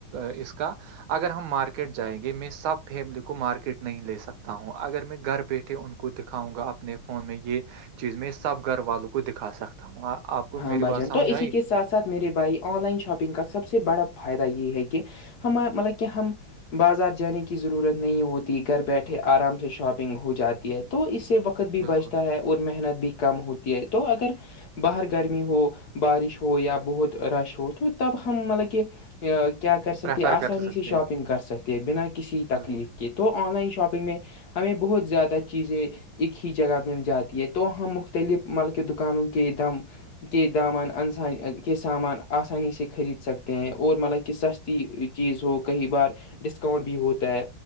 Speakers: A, on the right; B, on the left.
A: اس کا اگر ہم مارکیٹ جائیں گے میں سب فیملی کو مارکیٹ نہیں لے سکتا ہوں اگر میں گھر بیٹھے ان کو دکھاؤں گا اپنے فون میں یہ چیز میں اس سب گھر والوں کو دکھا سکتا ہوں آپ کو
B: ہاں
A: میری
B: بھائی
A: بات
B: جان
A: سمجھ
B: تو اسی
A: آئی
B: کے ساتھ ساتھ میرے بھائی آن لائن شاپنگ کا سب سے بڑا فائدہ یہ ہے کہ ہمار مطلب کہ ہم بازار جانے کی ضرورت نہیں ہوتی گھر بیٹھے آرام سے شاپنگ ہو جاتی ہے تو اس سے وقت بھی
A: بالکل
B: بچتا ہے اور محنت بھی کم ہوتی ہے تو اگر باہر کے گرمی ہو بارش ہو یا بہت رش ہو تو تب ہم مطلب کہ کیا کر سکتے
A: پریفر
B: آسانی
A: کر سکتے
B: سے شاپنگ
A: ہیں
B: کر سکتے ہیں بنا
A: ہوں،
B: کسی تکلیف
A: بالکل
B: کہ تو آن لائن شاپنگ میں ہمیں بہت زیادہ چیزیں ایک ہی جگہ مل جاتی ہے تو ہم مختلف مل کے دکانوں کے دم کے دامن انسان کے سامان آسانی سے خرید سکتے ہیں اور مطلب کہ سستی چیز ہو کئی بار ڈسکاؤنٹ بھی ہوتا ہے